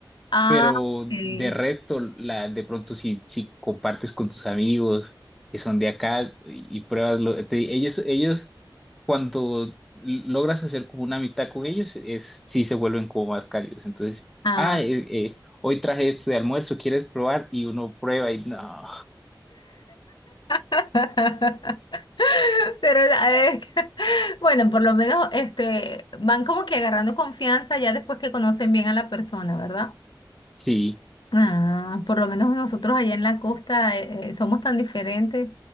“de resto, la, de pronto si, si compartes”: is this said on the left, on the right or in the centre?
Centre